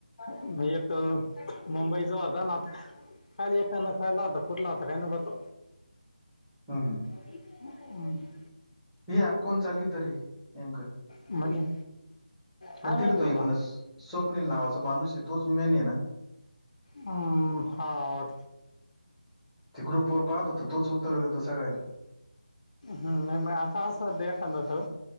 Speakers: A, on the left; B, in the centre.
A: एक मुंबईचा होता ना आता. खाली एकााना खलाता कुठला आता काही ना बत.
B: हा हा.
A: ह.
B: ही आप कोण चालली. तरी नेमकं
A: म्हणजे काय
B: मग
A: माहिती
B: तिथं तो
A: बाबा.
B: एक न स्वप्नील नावाचा माणूस आहे तोच मेन ये ना.
A: हम्म हा.
B: ते ग्रुप वर पाहत होत तोच उत्तर देतं सगायला.
A: ह् नाही म अता अस होत एखाद्याचं